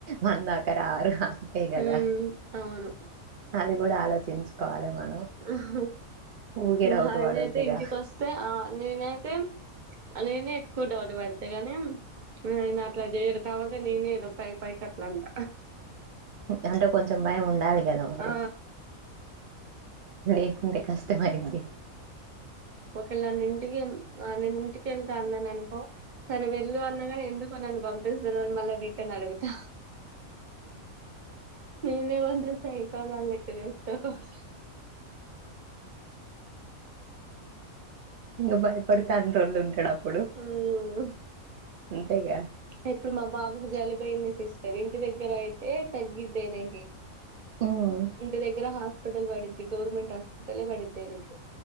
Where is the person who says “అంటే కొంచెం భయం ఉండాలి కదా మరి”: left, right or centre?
Right